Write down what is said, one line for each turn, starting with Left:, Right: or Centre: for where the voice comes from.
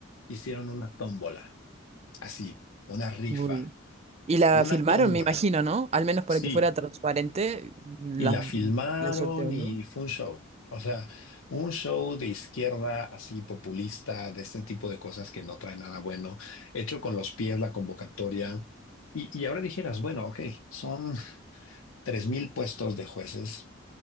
Left: hicieron una tómbola, así, una rifa,
Right: Muy Y la
Left: una
Right: filmaron,
Left: tómbola.
Right: me imagino, ¿no? Al menos
Left: Sí,
Right: para que fuera transparente, la,
Left: Y la filmaron
Right: el sorteo,
Left: y
Right: ¿no?
Left: fue un show. O sea, un show de izquierda así populista, de este tipo de cosas que no trae nada bueno, hecho con los pies la convocatoria. Y, y ahora dijeras, bueno, ok, son tres mil puestos de jueces,